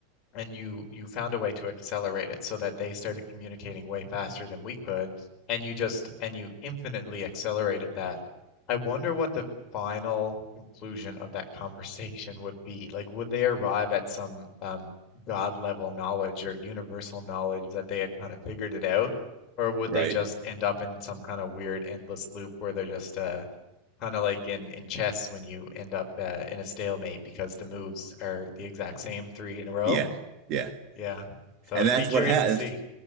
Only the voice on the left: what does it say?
and you you found a way to accelerate it so that they started communicating way faster than we could and you just and you infinitely accelerated that i wonder what the final conclusion of that <laughs> conversation would be like would they arrive at some um god level knowledge or universal knowledge that they had kind of figured it out or would
they just end up in some kind of weird endless loop where they're just uh kind of like in in chess when you end up uh, in a stalemate because the moves are the exact same three in a row
yeah. So
it'd
be curious
to see.